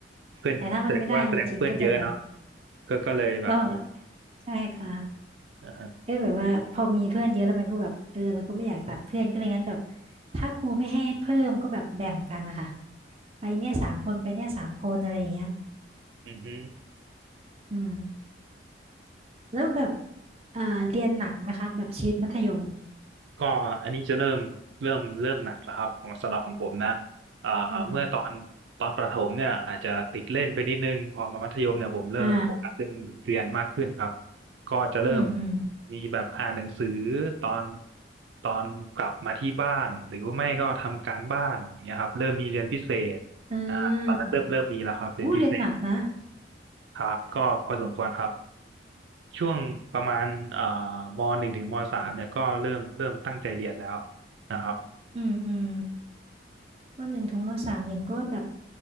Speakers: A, on the right (about 80°); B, on the right (about 35°).
A: เพื่อนแสดงว่าแสดงว่าเพื่อนเยอะเนาะ
B: แต่ถ้ามันไม่ได้จริงๆก็จะแบบ
A: ก็ก็เลยแบบมี
B: ก็ใช่ค่ะ
A: อ่าฮะ
B: ก็แบบว่าพอมีเพื่อนเยอะแล้วมันก็แบบเออเราก็ไม่อยากตัดเพื่อนก็เลยงั้นแบบถ้าครูไม่ให้เพิ่มก็แบบแบ่งกันนะคะไปเนี่ยสามคนไปเนี่ยสามคนอะไรอย่างเงี้ย
A: อือฮึ
B: อืมแล้วแบบอ่าเรียนหนักไหมคะแบบชีวิตมัธยม
A: ก็อันนี้จะเริ่มเริ่มเริ่มหนักแล้วครับของสำหรับของผมนะอ่าเมื่อตอนตอนประถมเนี่ยอาจจะติดเล่นไปนิดนึงพอมามัธยมเนี่ยผมเริ่มโฟกัสเรื่องเรียนมากขึ้นครับ
B: อืมอ่า
A: ก็จะเริ่ม
B: อืมอืม
A: มีแบบอ่านหนังสือตอนตอนกลับมาที่บ้านหรือว่าไม่ก็ทำการบ้านอย่างเงี้ยครับเริ่มมีเรียนพิเศษอ่าตอนนั้นเริ่มเริ่มมีแล้วครับเรียนพิเศษ
B: อืมอู้เรียนหนักนะ
A: ครับก็พอสมควรครับช่วงประมาณเอ่อมหนึ่งถึงมสามเนี่ยก็เริ่มเริ่มตั้งใจเรียนแล้วนะครับ
B: อืมอืมมหนึ่งถึงมสามอย่างก็แบบ